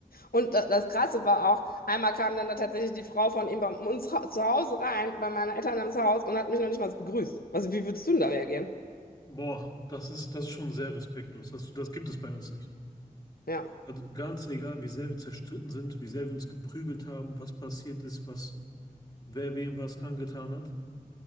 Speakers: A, on the left; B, on the left.
A: Und das, das Krasse war auch, einmal kam dann da tatsächlich die Frau von ihm bei uns hau- zu Hause rein, bei meinen Eltern ins Haus und hat mich noch nicht mal gegrüßt. Also, wie würdest du denn da reagieren?
B: Boah, das ist, das ist schon sehr respektlos. Das, das gibt es bei uns nicht.
A: Ja,
B: Also ganz egal, wie sehr wir zerstritten sind, wie sehr wir uns geprügelt haben, was passiert ist, was, wer wem was angetan hat.